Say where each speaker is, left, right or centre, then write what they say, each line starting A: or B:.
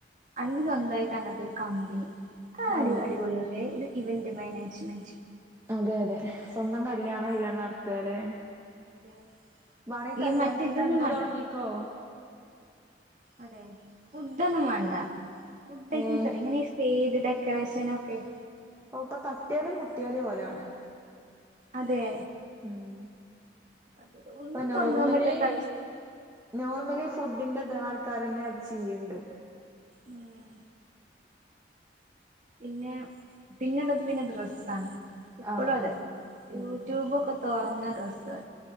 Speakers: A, on the right (about 40°); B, on the right (about 15°).
A: അങ് സ്വന്തമായിട്ട് അങ്ങത്തെ ഒരു കമ്പനി ആ അടി
B: ഔ
A: അടിപൊളതെ ഒരു ഇവന്റ് മാനേജ്മെന്റ്
B: അതെ അതെ സ്വന്തം കല്യാണോ ഇല്ലാ നടത്തലെ
A: അതെ
B: വാണ
A: ഈ
B: കല്യാണത്തിന്റെ
A: മറ്റിതൊന്നും
B: അന്ന്
A: വേണ്ട
B: തുടങ്ങിക്കോ
A: അതെ ഫുഡ ഒന്നും വേണ്ട ഫുഡ് ഐറ്റംസ്
B: ഏഹ്
A: അല്ലെ ഇങ്ങനെ സ്റ്റേജ് ഡെക്കറേഷന ഒക്കെ-
B: ഓ ഇപ്പൊ തട്ടിയാലും മുട്ടിയാലും ഓലാണ്-
A: അതെ
B: ഉം
A: അതൊരു
B: ഇപ്പ
A: ഒന്നും
B: നോർമലി
A: തുടങ്ങാൻ പറ്റാത്ത അവസ്ഥ
B: നോർമലി ഫുഡിന്റെ ആൾക്കാരന്നെ അത് ചെയ്യണ്ട്
A: ഉം. പിന്നെ പിന്നെണ്ടത് പിന്നെ ഡ്രസ്സ ആണ് ഇപ്പോഴും
B: ആഹ്
A: അതെ
B: ആഹ്
A: യൂട്യൂബ
B: ഉം
A: ഒക്കെ തുറന്ന ഡ്രസ്സ്-